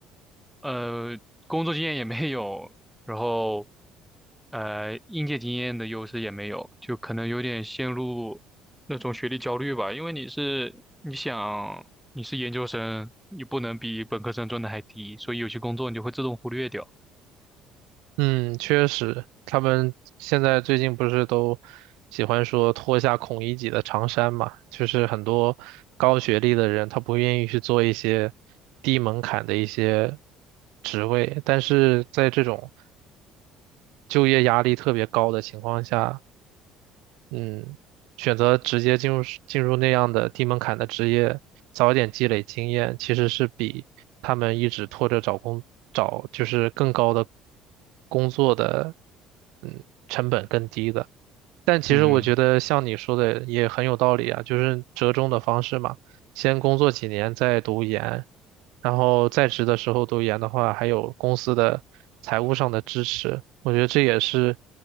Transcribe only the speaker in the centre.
呃，工作经验也没有，然后，呃，应届经验的优势也没有，就可能有点陷入那种学历焦虑吧。因为你是，你想你是研究生，你不能比本科生赚的还低，所以有些工作你就会自动忽略掉。
嗯。